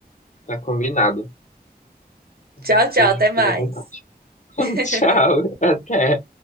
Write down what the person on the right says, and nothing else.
Tchau, tchau,
até
mais.
<laughs>